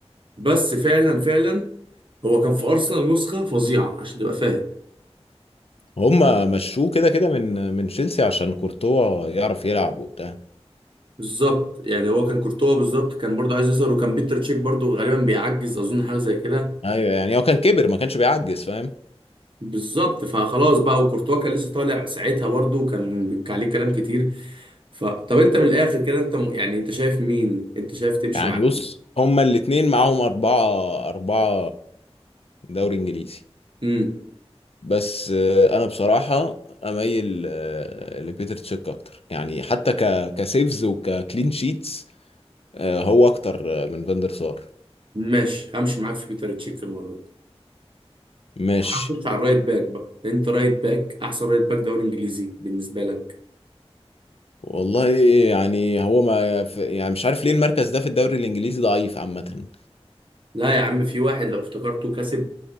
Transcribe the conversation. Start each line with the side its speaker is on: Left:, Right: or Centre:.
Right: بس فعلا فعلا هو كان في ارسنال نسخه فظيعه عشان تبقى فاهم
Left: هما مشوه كده كده من من تشيلسي عشان كورتوا يعرف يلعب وبتاع
Right: بالظبط يعني هو كان كورتوا بالظبط كان برضه عايز يظهر وكان بيتر تشيك برضه غالبا بيعجز اظن حاجه زي كده
Left: ايوه يعني هو كان كبر ما كانش بيعجز فاهم
Right: بالظبط فخلاص بقى وكورتوا كان لسه طالع ساعتها برضه وكان بيك- عليه كلام كتير ف طب انت من الاخر كده انت م- يعني انت شايف مين انت شايف تمشي
Left: يعني
Right: مع مين
Left: بص هما الاتنين معاهم اربعة اربعة دوري انجليزي
Right: امم
Left: بس آه، انا بصراحه اميل آه، لبيتر تشيك اكتر يعني حتى ك كسيفز وككلين شيتس آه، هو اكتر آه، من فاندر سار
Right: ماشي همشي معاك في بيتر تشيك المره دي
Left: ماشي
Right: هنخش على الرايت باك بقى انت رايت باك احسن رايت باك دوري انجليزي بالنسبه لك
Left: والله يعني هو ما ف- يعني مش عارف ليه المركز ده في الدوري الانجليزي ضعيف عامه
Right: لا يا عم في واحد لو افتكرته كسب